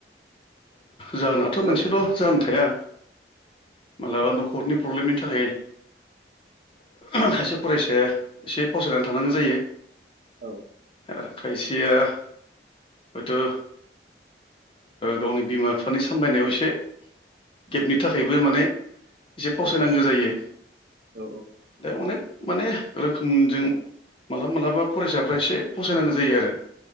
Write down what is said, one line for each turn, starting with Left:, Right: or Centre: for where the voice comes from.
Left: जाहोनाथ'
Right: हेलौ
Left: मोनसेल' जाहोन थाया मालाबा न'खरनि प्रब्लेमनि थाखाय ओ खायसे फरायसाया एसे फावसायनानै थानांगौ जायो।
Right: औ
Left: आरो खायसेया हयथ' ओ गावनि बिमा बिफानि सामलायनायाव एसे
Right: औ
Left: गेबनि थाखायबो माने एसे फावसायनांगौ
Right: औ
Left: जायो
Right: औ
Left: दा अनेक माने रोखोमजों मालाबा मालाबा फरायसाफ्रा एसे फावसायनांगौ जायो आरो।